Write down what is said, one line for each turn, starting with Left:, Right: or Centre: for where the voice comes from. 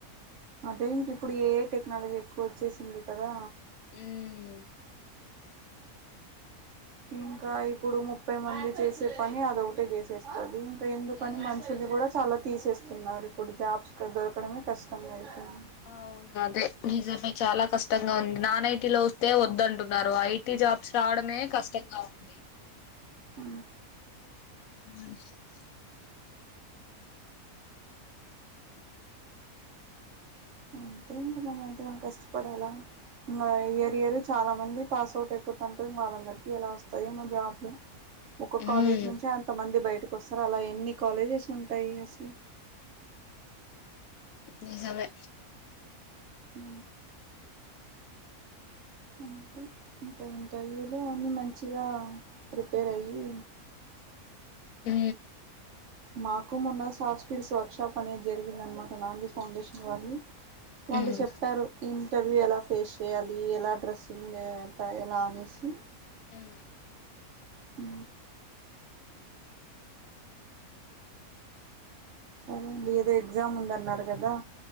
Right: అదే ఇంకిప్పుడు ఏ ఎ టెక్నాలజీ ఎక్కువచ్చేసింది కదా
Left: మ్మ్
Right: ఇంకా ఇప్పుడు ముప్పై మంది చేసే పని అదొకటే చేసేస్తాది ఎందుకని
Left: ఎస్
Right: మనుషుల్ని గుడా చాలా తీసేస్తున్నారు ఇప్పుడు జాబ్స్ దొరకడమే కష్టం అవి అయితుంది
Left: అవును అదే నిజమై చాలా కష్టంగా ఉంది నాన్ ఐటీ లో వస్తే వదుంటున్నారు ఐటీ జాబ్స్ రావడమే కష్టం ంగా ఉంది
Right: అ
Left: అ
Right: అంతే ఇంకా మనం ఎంత మంది కష్టపడాలా ఇంకా ఎరియర్ చాలా మంది పాస్ అవుట్ అయిపోతుంటారు ఇంకా వాళ్ళందరికీ ఎలా వస్తాయో ఏమో జాబ్లు ఒక కాలేజ్
Left: మ్మ్
Right: నుంచి అంత మంది బయట ఇకిొస్తారు అలా ఎన్ని కాలేజెస్ ఉంటాయి అసలు
Left: నిజమే
Right: ఉ అంతే ఇంకా ఇంటర్వ్యూలో అన్నిీ మంచిగా ప్రిపేర్ అయ్యి
Left: హ
Right: మాకు మొన్న సాఫ్ట్ స్విల్స్ వర్క్షషాప్ అనేది జరిగిందనమాట నాంది ఫౌండేషన్ వాళ్ళు వాళ్ళు
Left: మ్మ్
Right: చెప్పారు ఇంటర్వ్యూ ఎలా ఫేస్ చేయాలి ఎలా డ్రెస్సింగ్ ఎంత ఎలా అనేసి
Left: ఉ
Right: ఉ సరే అండి ఏదో ఎగ్జామ్ ఉందన్నారు కదా